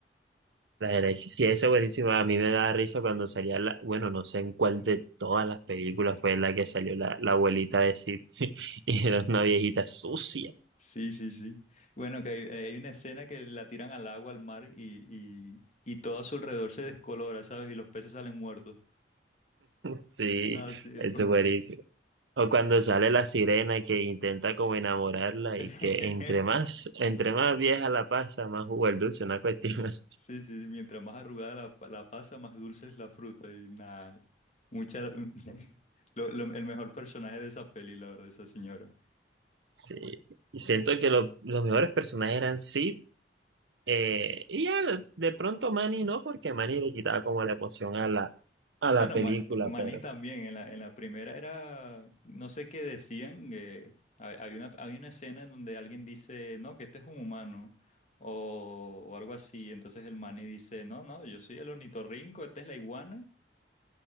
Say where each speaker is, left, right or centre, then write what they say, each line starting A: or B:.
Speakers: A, on the right; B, on the left.
A: La herencia, sí, esa es buenísima. A mí me da risa cuando salía la, bueno, no sé en cuál de todas las películas fue la que salió la, la abuelita de Sid <laughs> y era una viejita sucia.
B: Sí, sí, sí. Bueno, que hay, eh, hay una escena que la tiran al agua, al mar, y, y, y todo a su alrededor se descolora, ¿sabes? Y los peces salen muertos.
A: Sí,
B: No, sí.
A: eso es buenísimo. O cuando sale la sirena que intenta como enamorarla
B: <laughs>
A: y que entre más, entre más vieja la pasa, más jugo el dulce, una cuestión. <laughs> así.
B: Sí, sí, mientras más arrugada la, pa- la pasa, más dulce es la fruta. Y nada, mucha... <laughs> lo- lo- el mejor personaje de esa peli, la verdad, esa señora.
A: Sí. Y siento que lo- los mejores personajes eran Sid eh, y ya de de pronto Manny no, porque Manny le quitaba como la emoción a la, a la
B: Bueno,
A: película,
B: Ma- Manny
A: pero.
B: también, en la, en la primera era, no sé qué decían, eh, hay, hay una, hay una escena en donde alguien dice, no, que este es un humano, o, o algo así. Entonces el Manny dice, no, no, yo soy el ornitorrinco, esta es la iguana.